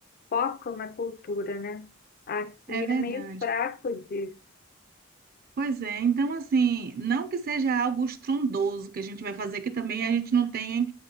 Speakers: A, on the left; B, on the right.
A: focam na cultura, né? Aqui
B: É verdade.
A: é meio fraco disso.
B: Pois é, então assim, não que seja algo estrondoso que a gente vai fazer, que também a gente não tem